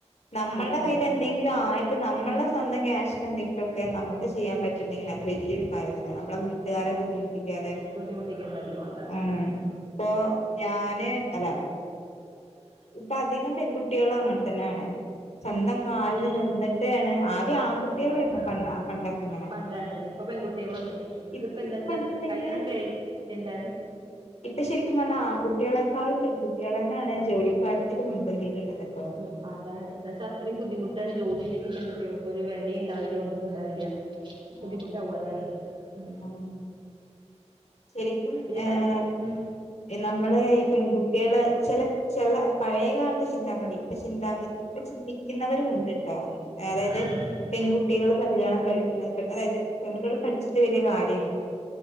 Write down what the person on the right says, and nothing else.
അതാണ്
ബുദ്ധിമുട്ടിക്കണ്ടല്ലോ അതാണ്
അതാണ്
ഇത്
അതാണ്
പണ്ട് അങ്ങനെ ഇപ്പൊ പെൺകുട്ടികളും അങ്ങനെ ഇതിപ്പോ
എന്താ വച്ചാ
കല്യാണം കഴി എന്താണ്?
ഉവ്വ് അതാണ് എന്താച്ചാ അത്രയും ബുദ്ധിമുട്ട് ട്ടാണ് ജോലി ഇല്ലെങ്കി പെൺകുട്ടേൾക്ക് ഒരു വെലിം ഉണ്ടാവില്ല ഒന്നും ഉണ്ടാവില്ല ബുദ്ധിമുട്ടാവും
അതാണേ? ഉം
പിന്നെ
കൽ ഉം.
ഉം, ഉം.